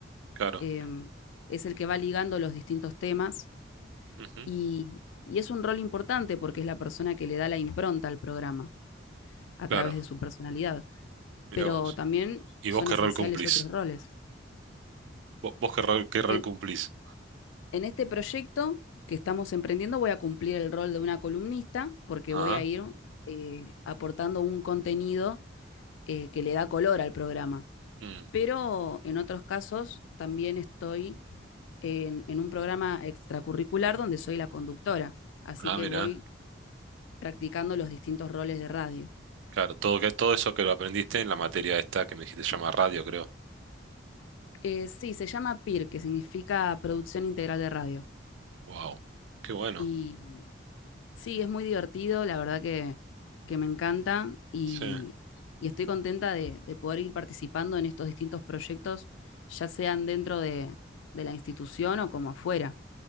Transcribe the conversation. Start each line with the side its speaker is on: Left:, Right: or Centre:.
Right: claro.
Left: Em, es el que va ligando los distintos temas
Right: Ujú,
Left: Y, y es un rol importante porque es la persona que le da la impronta al programa a
Right: Claro.
Left: través de su personalidad,
Right: Mirá
Left: pero
Right: vos.
Left: también
Right: ¿Y
Left: son
Right: vos qué
Left: esenciales
Right: rol cumplís?
Left: otros roles.
Right: ¿Vos, vos qué rol, qué rol
Left: En,
Right: cumplís?
Left: en este proyecto que estamos emprendiendo voy a cumplir el rol de una columnista porque
Right: Ah,
Left: voy a ir eh, aportando un contenido eh, que le da color al programa.
Right: mm,
Left: Pero en otros casos también estoy en, en un programa extracurricular donde soy la conductora, así
Right: ah,
Left: que
Right: mirá.
Left: voy practicando los distintos roles de radio.
Right: Claro, todo, que, todo eso que lo aprendiste en la materia esta que me dijiste se llama radio, creo.
Left: Eh, sí, se llama PIR, que significa Producción Integral de Radio.
Right: Wow. Qué bueno.
Left: Y sí, es muy divertido, la verdad que, que me encanta y,
Right: Sí.
Left: y estoy contenta de, de poder ir participando en estos distintos proyectos, ya sean dentro de, de la institución o como afuera,